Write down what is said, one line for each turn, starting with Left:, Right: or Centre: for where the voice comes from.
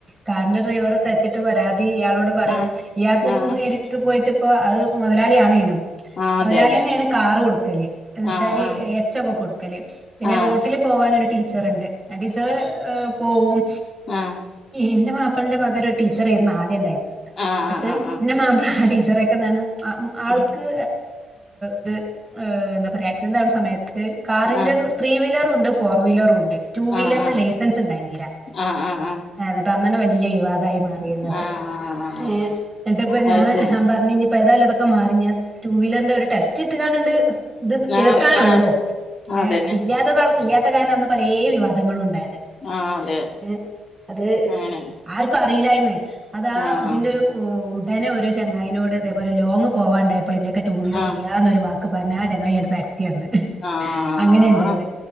Right: കാറിന്റെ ഡ്രൈവറെ തച്ചിട്ട് പരാതി ഇയാളോട് പറയും
Left: ആഹ്
Right: ഇയാൾക്ക്
Left: ആഹ്
Right: നേരിട്ട് പോയിട്ട്പ്പോ അത് മുതലളിയാണേനും
Left: ആഹ്
Right: മുതലാളി
Left: അതെ അതെ
Right: തന്നെയാണ് കാറ് കൊടുക്കല് എന്ന വെച്ചാല്
Left: ആഹ് ആഹ്
Right: എച്ചൊക്കെ കൊടുക്കല് പിന്നെ
Left: ആഹ്
Right: റോട്ടില് പോവാനൊരു ടീച്ചറുണ്ട് ആ ടീച്ചർ പോവും
Left: ആഹ്
Right: എന്റെ മാപ്പളന്റെ പകം ഒരു ടീച്ചറായിയിരുന്നു ആദ്യം ഉണ്ടായിരുന്നത്
Left: ആഹ് ആഹ്
Right: എന്നിട്ട്
Left: ആഹ് ആഹ് ആഹ്
Right: എന്റെ മാപ്പിള ആ ടീച്ചറെ ആൾക്ക്
Left: ഉം
Right: ഇത്ഹ് എന്താ പറയാ ആക്സിഡന്റ് ആവുന്ന സമയത്ത് കാറിന്റെ
Left: ആഹ്
Right: ത്രീ വീലറുണ്ട് ഫോർ വീലറും ഉണ്ട് ടു വീലറിന്റെ
Left: ആഹ് ആഹ്
Right: ലൈസൻസ് ഉണ്ടായിര്ന്നീലാ
Left: ആഹ് ആഹ് ആഹ് ആഹ് ആഹ്
Right: എന്നിട്ട് അന്നന്നെ വലിയ വിവാദമായി മാറി എന്നിട്ടിപ്പം
Left: ആഹ്
Right: ഞാൻ
Left: അത് ശരി
Right: പറഞ്ഞു ഇഞ്ഞിപ്പോ ഏതായാലും ഒക്കെ മാറി ഞ്ഞാ ടു വീലറിന്റെ ഒരു ടെസ്റ്റ് ഇട്ട് കാണ്ട് ഇത് ചേർക്കാനൊള്ളൂ
Left: ആഹ് ആഹ്
Right: ഏഹ്
Left: അതന്നെ
Right: അതില്ലാത്തത ഇല്ലാത്ത കാരണാണ് അന്ന് പലേ വിവാദങ്ങളും ഉണ്ടായത്
Left: ആഹ് അതെ
Right: ഏ അത്
Left: അങ്ങനെ
Right: ആർക്കും അറിയില്ലന്നേ അതാ
Left: ആഹ്
Right: ഇതിന്റെ ഒരു ഉടനെ ഒരു ചങ്ങായിനോട് ഇതേപോലെ ലോങ്ങ് പോവാണ്ടായപ്പൾ ഇന്റെയക്ക ടു വീലർ
Left: ആഹ്
Right: ഇല്ലാന്നൊരു വാക്ക് പറഞ്ഞ ആ ചങ്ങായി ആടെ പരത്തി അന്ന്
Left: ആഹ്
Right: അങ്ങനെ ഉണ്ടായത്